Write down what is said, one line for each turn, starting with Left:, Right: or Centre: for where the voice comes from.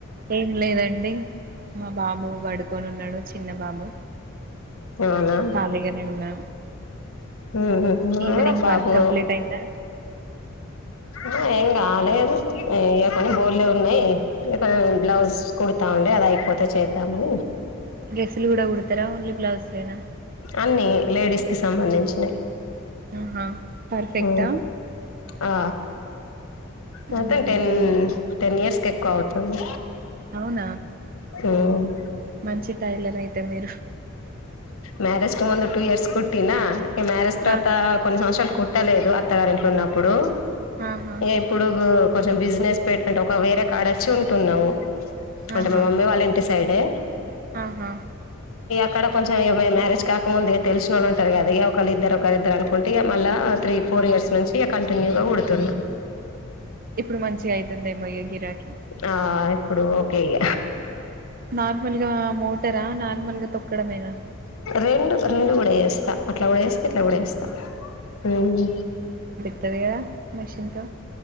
Right: ఏం లేదండి మా బాబు పడుకొని ఉన్నాడు చిన్న బాబు
Left: అవునా
Right: ఖాళీగానే ఉన్నా
Left: ఉ నాలా
Right: ఈవినింగ్
Left: పా
Right: వర్క్
Left: బో
Right: కంప్లీట్ అయిందా
Left: ఉమ్ ఏం కాలేదు ఏ కొని బోర్లే ఉన్నాయి బ్లౌజ్ కుడతా ఉండే అది అయిపోతే చేద్దామని
Right: డ్రెస్సులు కూడా కుడతారా ఓన్లీ బ్లౌజులెనా
Left: అన్ని లేడీస్ కి సంబంధించినయి
Right: ఆహా పర్ఫెక్టా
Left: ఉ ఆ మొత్తం
Right: అన్ని కుడతారు
Left: టెన్ టెన్ ఇయర్స్ కి ఎక్కువ అవుతుంది
Right: అవునా
Left: ఉమ్,
Right: మంచి టైలర్ అయితే మీరు
Left: మ్యారేజ్ కి ముంది టుూ ఇయర్స్ కుట్టినా మ్యారేజ్ తర్వాత
Right: ఆ
Left: కొన్ని సంవత్సరాల్ కు ట్టలేదు అత్తగారింట్లో ఉన్నప్పుడు
Right: ఆహా
Left: ఇగ ఇప్పుడు కొంచెం బిజినెస్ పెట్కు ఒక వేరే కాడ వచ్చి ఉంటున్నాము అంటే
Right: ఆహా
Left: మా మమ్మీ వాళ్ళ ఇంటి సైడే
Right: ఆహా
Left: అక్కడ కొంచెం ఏ మ్యేరెజ్ కాకముందుగా తెలిసినోళ్ళు ఉంటారు కదా ఒకళ్లిద్దరు ఒకరి ఇద్దరు అనుకుంటే మళ్ళా త్రి ఫోర్ ఇయర్స్ నుంచి కంటిన్యూగా కుడుతున్నా
Right: ఇప్పుడు మంచిగా అయితుందేమో ఇగ గిరాకి
Left: ఆ ఇప్పుడు ఓకే ఇగ
Right: నార్మల్గా మోటరా నార్మల్ గా తొక్కడమేనా
Left: రెండు రెండు కూడా చేస్తా అట్లా కూడా జెస్తా ఇట్లా కూడా చేస్తా ఉమ్
Right: త్తది గదా మెషీన్తో